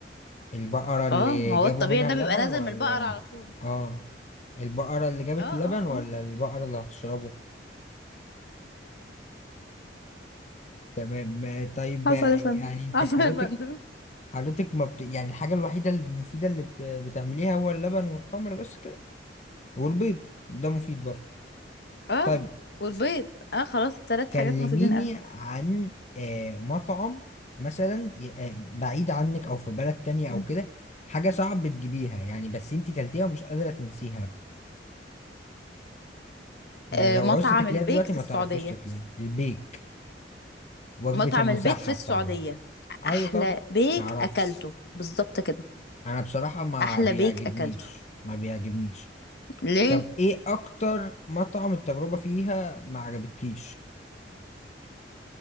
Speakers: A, on the left; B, on the left.
A: البقرة اللي
B: اه ما
A: جابوا
B: هو الطبيعي
A: منها
B: ده
A: اللبن
B: بيبقى نازل
A: ولا
B: من البقرة على طول
A: اه البقرة اللي جابت
B: اه
A: اللبن
B: اه
A: ولا
B: اه
A: البقرة اللي هتشربه تمام ما- طيب
B: حصل
A: يعني
B: يا فندم <laughs>
A: انت
B: حصل
A: حضرتك
B: يا فندم
A: حضرتك ما بت... يعني الحاجة الوحيدة المفيدة اللي ب- بتعمليها هو اللبن والتمر بس كده والبيض ده مفيد برضه
B: اه
A: طيب
B: والبيض اه خلاص التلات
A: كلميني
B: حاجات مفيدين قوي
A: عن آه، مطعم مثلا ي- آه، بعيد عنك او في بلد تانية
B: مم.
A: او كده حاجة صعب بتجيبيها يعني بس انتي كلتيها ومش قادرة تنسيها بقى يعني
B: آه
A: لو
B: مطعم
A: عوزتي تاكليها
B: البيك
A: دلوقتي
B: في
A: ما
B: السعودية
A: تعرفيش تاكليها البيك وجبة
B: مطعم
A: المسحب
B: البيك في السعودية
A: طبعا ايوه
B: أحلى
A: طب
B: بيك
A: تعرف
B: أكلته بالظبط كده
A: انا بصراحة ما
B: أحلى
A: بيعجبنيش
B: بيك أكلته
A: ما بيعجبنيش
B: ليه؟
A: طب ايه اكتر مطعم التجربة فيها ما عجبتكيش